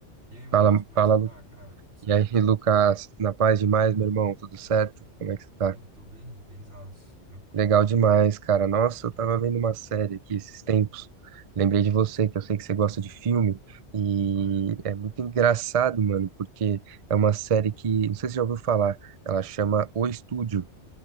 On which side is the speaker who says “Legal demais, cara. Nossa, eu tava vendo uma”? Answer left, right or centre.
Right